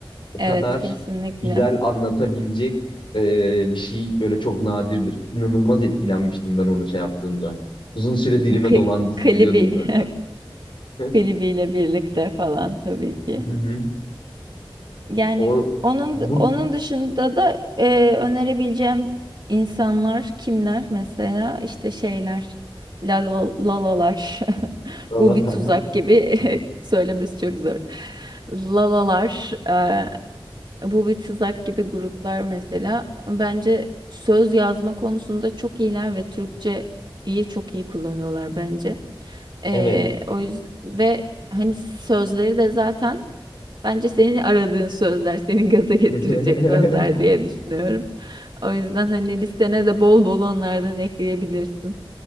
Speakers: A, on the left; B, on the right.
A: o
B: Evet
A: kadar
B: kesinlikle.
A: güzel anlatabilecek e, bir şey böyle çok nadirdir. İnanılmaz etkilenmiştim ben onu şey yaptığımda. Uzun süre dilime
B: Kı-
A: dolandı
B: klibi
A: söylüyordum zaten.
B: <laughs>
A: <laughs>
B: klibiyle birlikte falan tabii ki.
A: Hı hı.
B: Yani
A: O
B: onun
A: bu
B: onun dışında da e, önerebileceğim insanlar kimler mesela işte şeyler la la- lalalar <laughs>
A: <laughs>
B: bu bir tuzak gibi <laughs> söylemesi çok zor lalalar e, Bu bir tuzak gibi gruplar mesela. Bence söz yazma konusunda çok iyiler ve Türkçeyi çok iyi kullanıyorlar bence. Ee,
A: evet.
B: o yüzden ve hani sözleri de zaten bence senin aradığın sözler, seni gaza getirecek
A: <laughs>
B: sözler diye düşünüyorum. O yüzden hani listene de bol bol onlardan ekleyebilirsin.